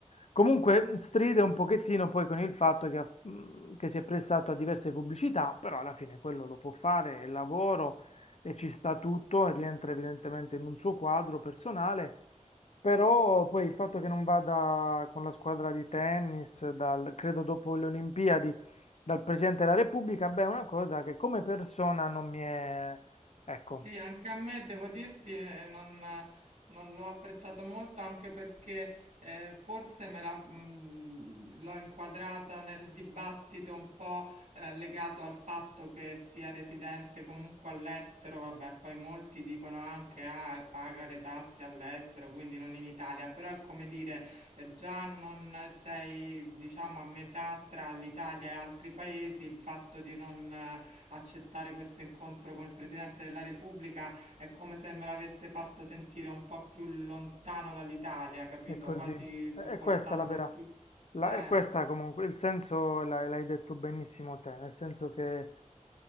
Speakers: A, on the left (about 60°); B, on the right (about 85°).
A: Comunque stride un pochettino poi con il fatto che, ha- mm, che si è prestato a diverse pubblicità, però alla fine quello lo può fare, è lavoro e ci sta tutto, e rientra evidentemente in un suo quadro personale. Però poi il fatto che non vada con la squadra di tennis, dal- credo dopo le Olimpiadi, dal Presidente della Repubblica, beh, è una cosa che come persona non mi è... Ecco,
B: Sì, anche a me devo dirti, eh, non, non l'ho apprezzato molto anche perché eh, forse me la, mh, l'ho inquadrata nel dibattito un po' eh, legato al fatto che sia residente comunque all'estero, vabbè, poi molti dicono anche ah, paga le tasse all'estero, quindi non in Italia, però è come dire, eh, già non sei, diciamo, a metà tra l'Italia e altri paesi, il fatto di non eh, accettare questo incontro col Presidente della Repubblica è come se me l'avesse fatto sentire un po' più lontano dall'Italia, capito?
A: è così.
B: Quasi
A: E e
B: portarlo
A: questa è la vera...
B: più...
A: La,
B: Eh.
A: e questa comunque, il senso l'hai l'hai detto benissimo te, nel senso che